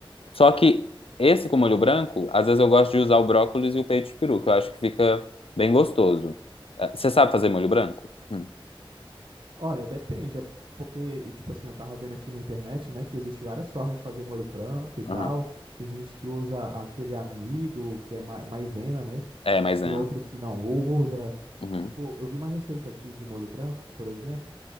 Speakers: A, on the left; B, on the right.
A: Só que esse com molho branco, às vezes eu gosto de usar o brócolis e o peito de peru, que eu acho que fica bem gostoso. É, Você sabe fazer molho branco? Hum,
B: Olha, depende, é porque, tipo assim, eu tava vendo aqui na internet, né, que existe várias formas de fazer molho branco e tal.
A: aham.
B: Tem gente que usa aquele amido, que é ma- maisena, né?
A: É, maisena.
B: Tem outros que não usa.
A: Uhum,
B: Tipo, eu vi uma receita aqui de molho branco, por exemplo.